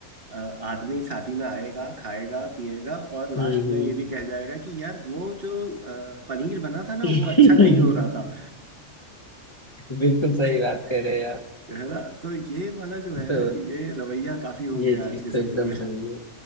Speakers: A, on the right (about 45°); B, on the left (about 20°).
A: अ, आदमी शादी में आएगा खाएगा पिएगा और लास्ट
B: हम्म
A: में
B: हम्म
A: ये भी कह जाएगा कि यार वो जो अ, पनीर बना था ना
B: <laughs>
A: वो अच्छा नहीं हो रहा
B: बिल्कुल
A: था
B: बिल्कुल सही
A: <laughs>
B: बात कह रहे हैं आप
A: है ना तो ये वाला जो है
B: तो
A: ये रवैया काफी हो
B: ये
A: गया
B: चीज
A: आज के समय
B: तो एकदम
A: में
B: सही है